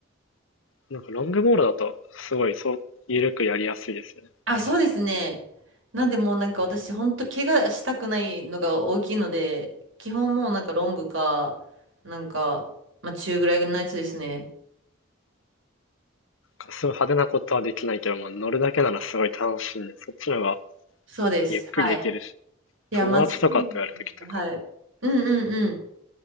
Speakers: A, on the left (about 80°); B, on the right (about 75°).
A: なんかロングボールだと、すごいそう、緩くやりやすいですよね、
B: あ、
A: サーフ
B: そうですね。なんでもうなんか私、本当怪我したくないのが大きいので、基本もうなんかロングか、なんか、まあ中ぐらいのやつですね。
A: ィン。すごい派手なことはできないけど、まあ乗るだけならすごい楽しいんで、そっちの方が
B: そうです。
A: ゆっくりできるし、
B: はい。いや、
A: 友達とかとやるときとか、
B: 間違いないです。はい。うんうんうん。